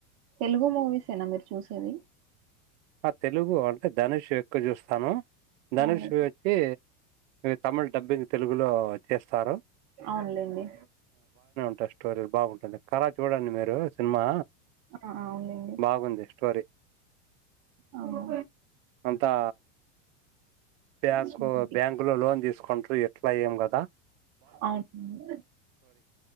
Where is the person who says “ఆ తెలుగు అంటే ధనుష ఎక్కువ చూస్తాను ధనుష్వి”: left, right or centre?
Right